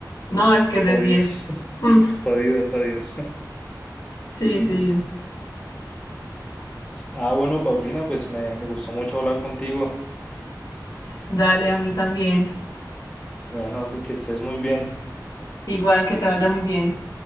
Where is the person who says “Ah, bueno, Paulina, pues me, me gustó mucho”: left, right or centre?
Left